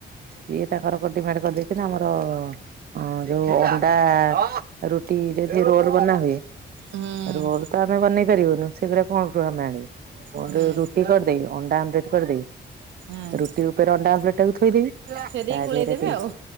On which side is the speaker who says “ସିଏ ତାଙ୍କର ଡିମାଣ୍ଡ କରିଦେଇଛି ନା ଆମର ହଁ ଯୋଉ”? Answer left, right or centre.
Right